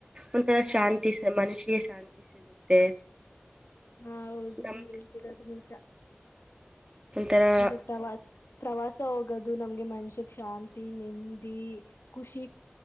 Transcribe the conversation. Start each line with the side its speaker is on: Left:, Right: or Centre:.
Right: ಒಂಥರ ಶಾಂತಿ ಮನಷಿಗೆ ಶಾಂತಿ ಸಿಗುತ್ತೆ
Left: ಹಾ ಹೌದು
Right: ನಮ್ಮ
Left: ನೀವ್ ಹೇಳ್ತಿೀರೋದು ನಿಜ
Right: ಒಥರ
Left: ಅಂದ್ರೆ ಪ್ರವಾಸ ಪ್ರವಾಸ ಹೋಗೋದು ನಮ್ಗೆ ಮನ್ಷ್ಯಕ್ ಶಾಂತಿ ನೆಮ್ಮದಿ ಖುಷಿ